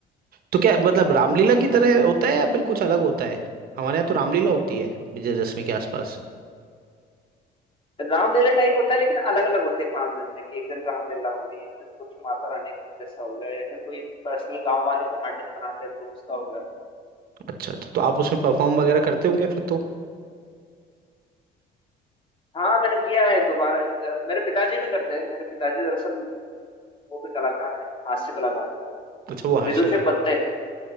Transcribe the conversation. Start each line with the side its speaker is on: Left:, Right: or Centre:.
Right: तो क्या मतलब रामलीला की तरह होता है या फिर कुछ अलग होता है हमारे यहाँ तो रामलीला होती है विजयदशमी के आसपास
Left: रामलीला टाइप होता है लेकिन अलग अलग होते हैं पांच दिन में कि एक दिन रामलीला हो गई एक दिन कुछ माता रानी का कुछ ऐसा हो गया या फिर कोई पर्सनल गांव वाले कोई नाटक बनाते हैं दोस्त का हो गया
Right: अच्छा अच्छा तो आप उसमें परफॉर्म वगैरह करते होंगे फिर तो
Left: हाँ मैंने किया है एक दोबारा एक अ, मेरे पिताजी भी करते हैं मेरे पिताजी दरअसल वो भी कलाकार हैं हास्य कलाकार है वो
Right: अच्छा वो
Left: तो
Right: हास्य
Left: विदूषक
Right: कला
Left: बनते हैं